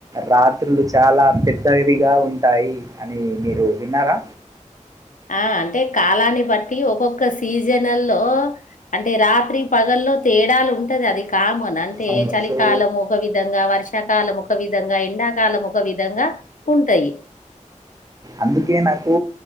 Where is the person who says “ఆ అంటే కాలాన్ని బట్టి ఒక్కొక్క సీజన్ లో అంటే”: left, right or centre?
Left